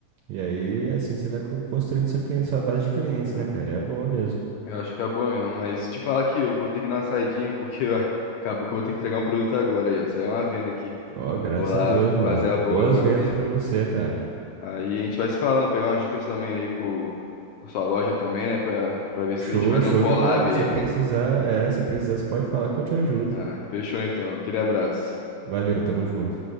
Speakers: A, on the right; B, on the left.
A: E aí, assim, você vai co- construindo sua cliente, sua base de clientes,
B: É,
A: né, cara? E é boa mesmo.
B: eu acho que acabou mesmo. Mas te falar aqui, eu vou ter que dar uma saidinha, porque eu- <laughs> acabou que eu vou ter que entregar um produto agora aí, ó. Saiu uma venda aqui.
A: Ó, graças
B: Vou lá
A: a Deus, mano.
B: fazer a
A: Boas
B: boa agora
A: vendas
B: ali.
A: pra
B: ó.
A: você, cara.
B: Aí a gente vai se falando, pegar umas dicas também aí com, com sua loja também, né? Pra, pra ver
A: Show,
B: se a gente faz
A: show
B: um collab
A: de bola. Se
B: aí.
A: precisar,
B: <laughs>
A: é, se precisar, você pode falar que eu te ajudo.
B: Ah, fechou então. Aquele abraço.
A: Valeu, tamo junto.